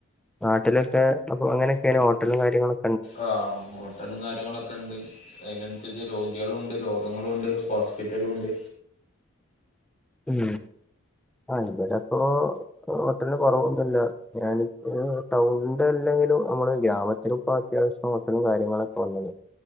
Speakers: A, in the centre; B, on the left (about 35°).
A: നാട്ടിലൊക്കെ അപ്പൊ അങ്ങനൊക്കേണ് ഹോട്ടലും കാര്യങ്ങളും
B: ആഹ് ഹോ ട്ടലും കാര്യങ്ങളൊക്കെ ഇണ്ട് അതിനന്സരിച്ച് രോഗികളും ഉണ്ട് രോഗങ്ങളും ഉണ്ട് ഹോസ്പിറ്റലും ഇണ്ട്
A: ഉം ആഹ് ഇവടെ ഇപ്പോ ഹോട്ടല് കൊറവൊന്നുല്ല ഞാൻ ഇപ്പൊ ടൗണിന്റെ അല്ലെങ്കിലും മ്മള് ഗ്രാമത്തിലും ഇപ്പൊ അത്യാവശ്യം ഹോട്ടലും കാര്യങ്ങളൊക്ക വന്നിനി